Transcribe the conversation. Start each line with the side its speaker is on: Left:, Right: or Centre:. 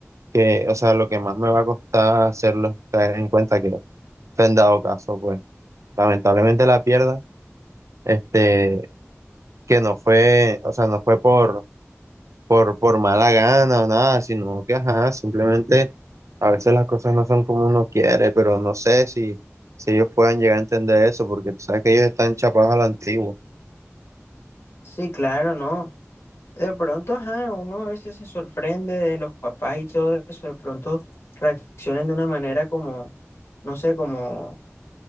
Right: que, o sea, lo que más me va a costar hacerlos caer en cuenta que fue en dado caso, pues lamentablemente la pierda, este, que no fue, o sea, no fue por, por, por mala gana o nada, sino que, ajá, simplemente a veces las cosas no son como uno quiere, pero no sé si, si ellos puedan llegar a entender eso, porque tú sabes que ellos están chapados a la antigua.
Left: Sí, claro, ¿no? De pronto, ajá, uno a veces se sorprende de los papás y todo eso. De pronto reaccionen de una manera como, no sé, como